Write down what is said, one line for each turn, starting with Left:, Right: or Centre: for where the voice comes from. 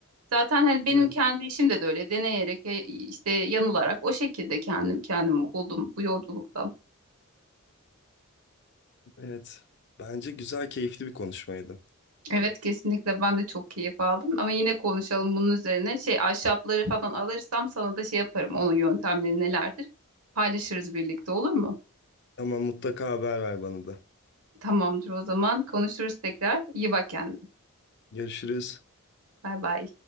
Right: Zaten hani benim
Left: Evet,
Right: kendi işim de, de öyle deneyerek ya- işte yanılarak o şekilde kendim kendimi buldum bu yolculukta.
Left: evet. Bence güzel, keyifli bir konuşmaydı.
Right: Evet kesinlikle ben de çok keyif aldım ama yine konuşalım bunun üzerine. Şey ahşapları falan alırsam sana da şey yaparım onun yöntemleri nelerdir paylaşırız birlikte olur mu?
Left: Ama mutlaka haber ver bana da.
Right: Tamamdır o zaman konuşuruz tekrar. İyi bak kendine.
Left: Görüşürüz.
Right: Bay bay.